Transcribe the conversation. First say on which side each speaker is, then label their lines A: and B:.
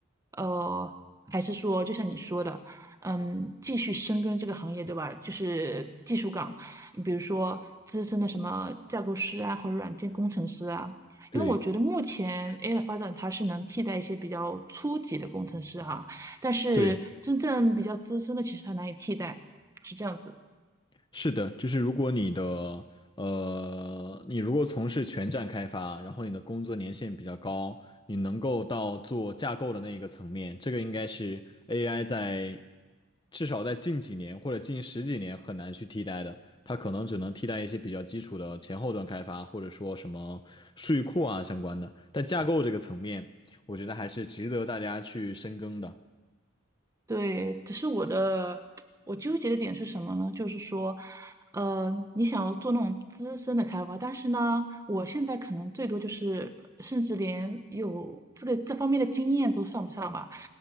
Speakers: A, on the right; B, on the left.
A: 呃，还是说就像你说的。嗯，继续深耕这个行业，对吧？就是技术岗，比如说资深的什么架构师啊，或者软件工程师啊，
B: 对
A: 因为我觉得目前 AI 的发展，它是能替代一些比较初级的工程师哈，但是真正比较资深的，
B: 对，
A: 其实它难以替代，是这样子。
B: 是的，就是如果你的呃，你如果从事全站开发，然后你的工作年限比较高，你能够到做架构的那一个层面，这个应该是 AI 在至少在近几年或者近十几年很难去替代的，它可能只能替代一些比较基础的前后端开发，或者说什么数据库啊相关的，但架构这个层面，我觉得还是值得大家去深耕的。
A: 对，只是我的我纠结的点是什么呢？就是说，呃，你想要做那种资深的开发，但是呢，我现在可能最多就是，甚至连有这个这方面的经验都算不上吧。